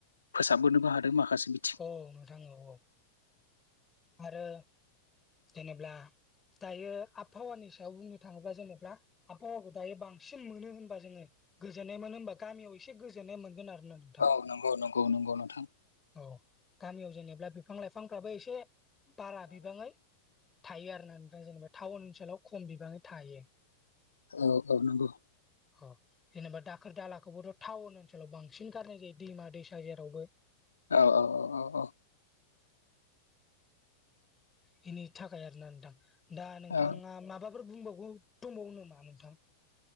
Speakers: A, on the left; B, on the left.
A: फोसाबबोनोबो हादों माखासे बि
B: औ नोंथां औ औ। आरो जेनेब्ला दायो आबहावानि सायाव बुंनो थाङोब्ला जेनेब्ला आबहावाखौ दायो बांसिन मोनो होनबा जोङो गोजोननाय मोनो होनबा गामियाव एसे गोजोननाय मोनगोन आरोन ना।
A: औ नंगौ नंगौ नंगौ नोंथां।
B: औ गामियाव जेनेब्ला बिफां-लाइफांफ्राबो एसे बारा बिबाङै थायो आरोना ओमफ्राय जेनेबा टाउन ओनसोलाव खम बिबाङै थायो।
A: औ औ नंगौ।
B: ह जेनेबा दाखोर दालाखौबोथ' टाउन ओनसोलाव बांसिन गारनाय जायो दैमा दैसा जेरावबो।
A: औ औ औ औ औ।
B: बेनि थाखाय आर ना नोंथां दा नोंथाङा
A: औ
B: माबाफोर बुंबावगौ दंबावो नामा नोंथां।